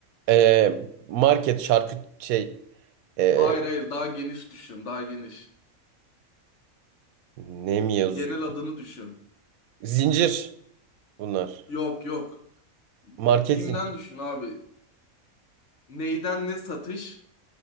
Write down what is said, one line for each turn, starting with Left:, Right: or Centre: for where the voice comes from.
Right: Ee, market, şarküt şey ee,
Left: Hayır hayır daha geniş düşün daha geniş.
Right: ne mi yazıyor?
Left: Genel adını düşün.
Right: Zincir bunlar.
Left: Yok yok.
Right: Market
Left: BİM'den
Right: zincir.
Left: düşün abi. Neyden ne satış?